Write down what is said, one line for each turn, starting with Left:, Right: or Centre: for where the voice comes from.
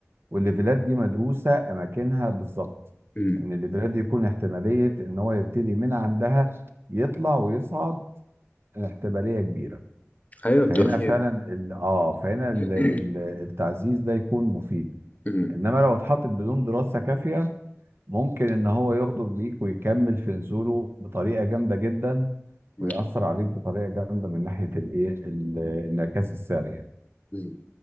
Right: والليفلات دي مدروسه اماكنها بالظبط
Left: أمم.
Right: ان الليفلات دي يكون احتماليه ان هو يبتدي من عندها يطلع ويصعد احتماليه كبيره
Left: ايوه
Right: فهنا
Left: بتبقى فيه
Right: فعلا ال... اه فهنا
Left: <clears throat>
Right: ال... ال... التعزيز ده يكون مفيد
Left: امم
Right: انما لو اتحطت بدون دراسه كافيه ممكن ان هو يغدر بيك ويكمل في نزوله بطريقه جامده جدا ويأثر
Left: أمم.
Right: عليك بطريقه جامده من ناحيه الايه ال- الانعكاس السريع
Left: مم.